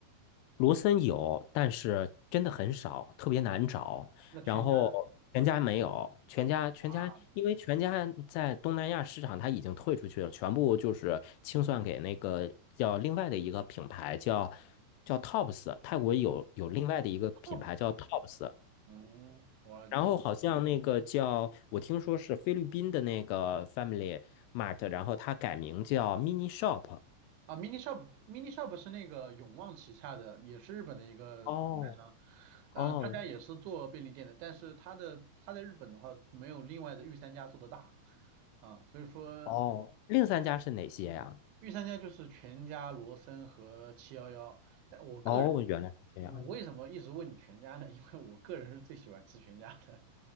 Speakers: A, on the left (about 80°); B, on the right (about 85°).
A: 罗森有，但是真的很少，特别难找。
B: 那全家呢？
A: 然后全家没有，全家全家，
B: 啊
A: 因为全家在东南亚市场它已经退出去了，全部就是清算给那个叫另外的一个品牌叫叫 Tops，泰国有有另外的一个品牌叫
B: t o p
A: Tops。
B: 嗯，我第
A: 然后好像那个叫，我听说是菲律宾的那个 Family Mart，然后它改名叫 Mini Shop。
B: 啊 Mini Shop Mini Shop 是那个永旺旗下的，也是日本的一个品牌商，
A: 哦哦
B: 呃，他家也是做便利店的，但是他的他在日本的话没有另外的御三家做的大。啊，所以说
A: 哦，另三家是哪些呀？
B: 御三家就是全家、罗森和七幺幺。但我个人，
A: 哦，原来是这样的。
B: 我为什么一直问你全家呢？因为我个人是最喜欢吃全家的。